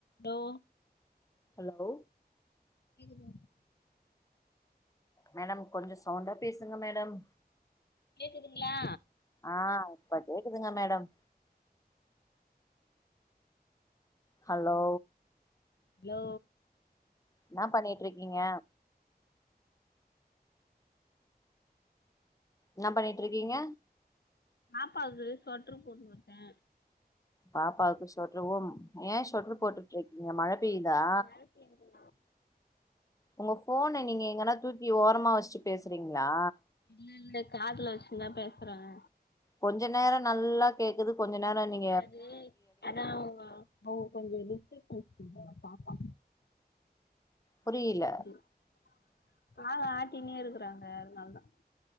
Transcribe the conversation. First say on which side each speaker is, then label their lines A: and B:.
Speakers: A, on the left; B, on the left.
A: hello
B: hello
A: கேக்குதா
B: madam கொஞ்சோ சவுண்டா பேசுங்க மேடம்
A: கேக்குதுங்களா
B: ஆ இப்ப கேக்குதுங்க மேடம் ஹலோ
A: ஹலோ
B: என்ன பண்ணிட்ருக்கீங்க என்ன பண்ணிட்ருக்கீங்க
A: பாப்பாக்கு சொட்ரு போட்னுருக்கே
B: பாப்பாவுக்கு சொட்ருவும் யேன் சொட்டரு போட்டுட்டு இருக்கீங்க மழ பெய்யுதா
A: மழ பெய்துதா
B: உங்க ஃபோன நீங்க எங்கன்னா தூக்கி ஓரமா வெச்சிட்டு பேசுறீங்களா
A: இல்ல இல்ல காதுல வச்சிந்தா பேசுறேன்
B: கொஞ்ச நேரோ நல்லா கேக்குது கொஞ்ச நேரோ கேக்
A: அது அதாவுங்க <unintelligible> அவுங்க கொஞ்சோ டிஸ்டன்ஸ் <unintelligible> பாப்பா
B: புரியல
A: <unintelligible> ஆ ஆட்டினே இருக்கறாங்க அதனால தா